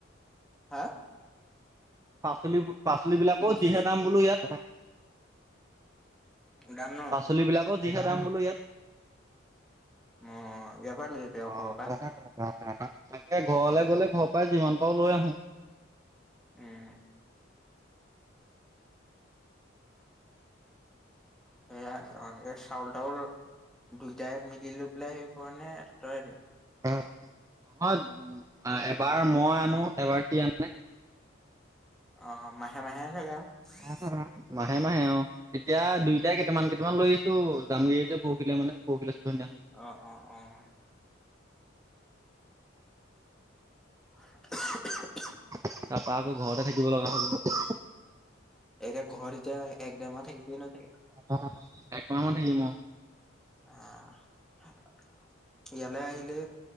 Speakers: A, in the centre; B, on the right (about 15°).
A: হা'?
B: পাচলিবোৰ, পাচলিবিলাকও
A: কি কৈছ
B: যিহে দাম বোলো ইয়াত।
A: যাম ন
B: পাচলিবিলাকও যিহে দাম বোলো ইয়াত।
A: অ ইয়াৰ পৰা লৈ যাবি
B: অ',
A: আৰু ঘৰৰ পৰা
B: <inaudible> অ', অ', তাকে ঘৰলে গ'লে ঘৰ পৰাই যিমান পাৰো লৈ আহো।
A: উম। সেয়া অ', এ চাউল তাউল দুইটাই মিলি লৈ পেলাই হেৰি কৰ নে, তয়ে দিয়।
B: নহয় এ-এবাৰ মই আনো, এবাৰ সি আনে।
A: অ', অ' মাহে মাহে নে <inaudible>
B: উহো, মাহে মাহে, অ'। এতিয়া দুইটাই কেইটামান কেইটামান লৈ আহিছোঁ। জামেই যেতিয়া পৰহিলে মানে, <inaudible> দেখা
A: অ', অ', অ'। <unintelligible>
B: তাৰপৰা আকৌ ঘৰতে থাকিব লগা হ'ব।
A: এতিয়া ঘৰত এতিয়া, এক-ডেৰ মাহ থাকিবি নহয় চাগে।
B: অ', অ', অ' এক মাহ মান থাকিম অহ'।
A: অহ'। ইয়ালৈ আহিলে,